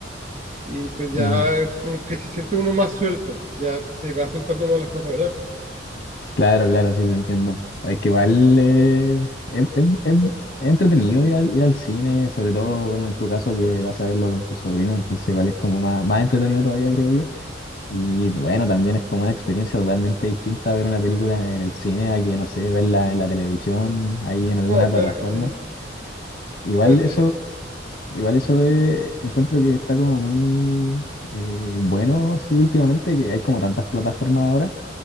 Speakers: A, on the right (about 35°); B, on the left (about 50°).
A: y pues ya
B: Mm,
A: es como que se siente uno más suelto, ya se va soltando más las cosas, ¿verdad?
B: claro, claro, sí, te entiendo. Es que igual eh, es, es- es entretenido ir al, ir al cine, sobre todo, bueno, en tu caso que vas a verlo con tus sobrinos, entonces igual es como más, más entretenido todavía, creo yo. Y bueno, también es como una experiencia totalmente distinta ver una película en el cine a que, no sé, verla en la televisión, ahí en alguna
A: No,
B: plataforma.
A: claro que sí,
B: Igual
A: pues
B: eso
A: eh,
B: Igual eso de, encuentro que está como muy eh, bueno así últimamente, que hay como tantas plataformas ahora,